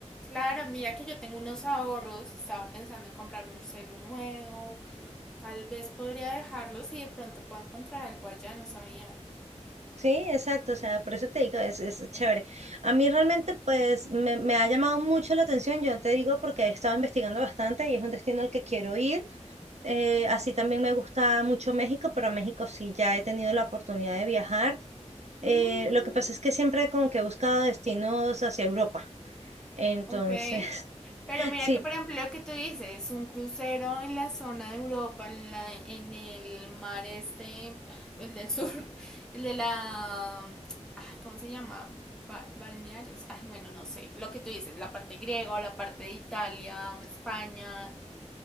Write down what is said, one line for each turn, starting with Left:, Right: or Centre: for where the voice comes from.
Centre: claro, mira que yo tengo unos ahorros, estaba pensando en comprarme un celu nuevo, tal vez podría dejarlos y de pronto puedo encontrar algo allá, no sabía.
Right: Sí, exacto, o sea, por eso te digo, es, es chévere. A mí realmente, pues, me, me ha llamado mucho la atención, yo te digo, porque he estado investigando bastante y es un destino al que quiero ir. Eh, así también me gusta mucho México, pero a México sí ya he tenido la oportunidad de viajar. Eh,
Centre: Mm.
Right: lo que pasa es que siempre como que he buscado destinos hacia Europa. Entonces,
Centre: Ok. Pero
Right: <laughs>
Centre: mira
Right: sí,
Centre: que, por ejemplo, lo que tú dices, un crucero en la zona de Europa, en la, en el mar este, el del sur, <laughs> el de la, ay, ¿cómo se llama? Ba- balnearios, ay, bueno, no sé, lo que tú dices, la parte griega o la parte de Italia, España,